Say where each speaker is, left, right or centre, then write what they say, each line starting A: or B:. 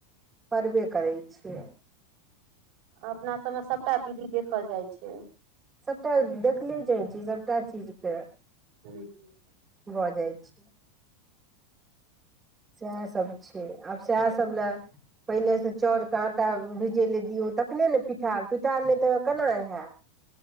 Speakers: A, on the right (about 15°); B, on the right (about 50°).
A: परबे करै छै
B: अपना सब मे सबटा विधि देखल जाइ छै
A: सभटा देखले जाइ छै सभटा चीज के
B: <inaudible>
A: भऽ जाइ छी सएहे सभ छै आब सएहे सभ लए पहिले सँ चाउर के आँटा भीजै लए दियौ तखने ने पिठार पिठार नय तऽ केना हैत